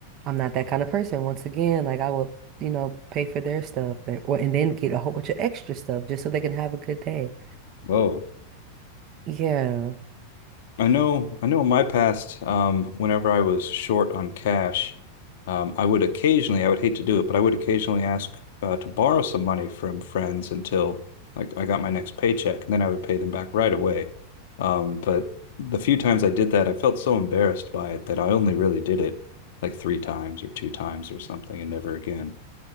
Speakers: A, on the right; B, on the left.
A: I'm not that kind of person. Once again, like I would, you know, pay for their stuff and, or, and then get a whole bunch of extra stuff just so they can have a good day.
B: Whoa.
A: Yeah.
B: I know, I know in my past, um, whenever I was short on cash, um, I would occasionally, I would hate to do it, but I would occasionally ask uh, to borrow some money from friends until like I got my next paycheck, and then I would pay them back right away. Um, but the few times I did that, I felt so embarrassed by it that I only really did it like three times or two times or something, and never again.